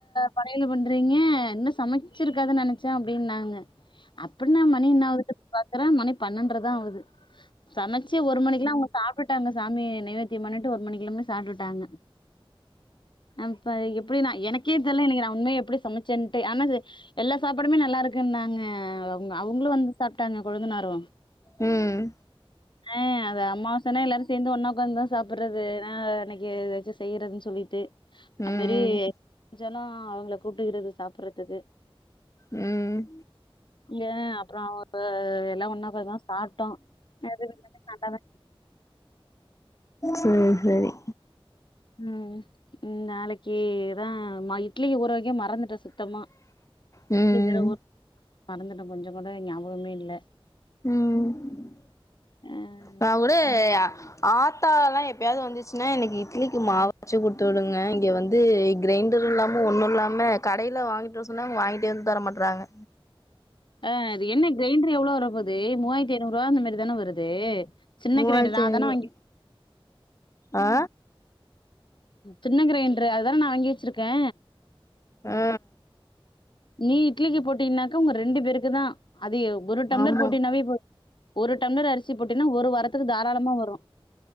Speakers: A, on the left; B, on the left.
A: படையலு பண்றீங்க இன்னு சமச்சிருக்காதுன் நெனச்சே அப்டின்னாங்க அப்பற் நா மணி இன்னாவது பாக்குறே மணி பன்னென்ட்ரதா ஆவுது சமச்சி ஒரு மணிக்கெல்லா அவுங்க சாப்டுட்டுட்டாங்க சாமி நைவேத்தியம் பண்ணிட்டு ஒரு மணிக்கெலாமே சாப்டுட்டாங்க அப்ப எப்படி நா எனக்கே தெல்லா எனக்கு நா உண்மை எப்டி சமச்சேன்ட்டு ஆனா எல்லா சாப்பாடுமே நல்லா இருக்குன்னாங்க அவுங்க அவுங்ளு வந்து சாப்ட்டாங்க கொழுந்தனாரு
B: ம்
A: ஆ அது அம்மாவாசன்னா எல்லாரு சேந்து ஒன்னா உக்காந்தா சாப்பறது ஆ அன்னைக்கி எதாச்சு செய்றதுன் சொல்லிட்டு
B: ம்
A: அந்மாரி செஞ்சனா அவுங்கள கூப்ட்டுக்கிறது சாப்பிற்றதுக்கு
B: ம்
A: யே அப்றோ அவுங்க எல்லா ஒன்னா உக்காந்துதா சாப்ட்டோ எது <unintelligible>
B: சே சேரி
A: ம் ம் நாளைக்கிதா ம இட்லிக்கு ஊறவெக்க மறந்துட்டே சுத்தமா இட்லிக்
B: ம்
A: வேற ஊற மறந்துட்டே கொஞ்ச கூட ஞாபகமே இல்ல
B: ம்
A: ஆ
B: நா கூட அ ஆத்தால்லா எப்பயாவ்து வந்துச்சுன்னா எனக்கு இட்லிக்கு மாவரச்சு குட்த்து விடுங்க இங்க வந்து க்ரைண்டர் இல்லாம ஒன்னு இல்லாம கடையில வாங்கிட்டுவர சொன்னா வாங்கிட்டே வந் தர மாட்றாங்க
A: ஆ அது என்ன க்ரைண்டர் எவ்ளோ வரப்போது மூவாயிரத்தி ஐநூறுவா அந்தமாரிதானே வருது சின்ன
B: மூவாய்ர்த்தி
A: கிரைண்டர் நா
B: ஐநூறு
A: தான வாங்கி
B: ஆ
A: சின்ன க்ரைண்ட்ரு அதுதான நா வாங்கி வெச்சிருக்கே
B: ஆ
A: நீ இட்லிக்கு போட்டீனாக்கா உங்க ரெண்டு பேருக்கு தா அது எவ் ஒரு டம்ளர்
B: ஆமா
A: போட்டினாவே போ ஒரு டம்ளர் அரிசி போட்டின்னா ஒரு வாரத்துக்கு தாராளமா வரு